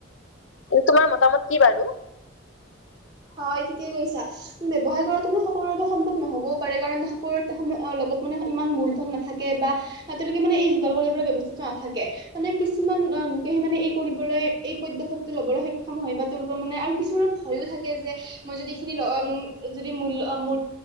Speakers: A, on the left; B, on the right.
A: তোমাৰ মতামত কি বাৰু?
B: হয় ঠিকেই কৈছা। ব্যৱসায় কৰাটো সকলোৰে বাবে সম্ভৱ নহ'বও পাৰে, কাৰণ সকল সময়ত লগত মানে ইমান মূলধন নাথাকে বা তেওঁলোকে মানে এই যোগাৰ কৰিব ব্যৱস্থাটো নাথাকে মানে কিছুমান লোকেহে মানে এই কৰিবলৈ এই পদক্ষেপটো লবলৈ সক্ষম হয় বা তেওঁলোকৰ মানে আৰু কিছুমানৰ ভয়ো থাকে যে। মই যদি এইখিনি যদি মূল্য মূ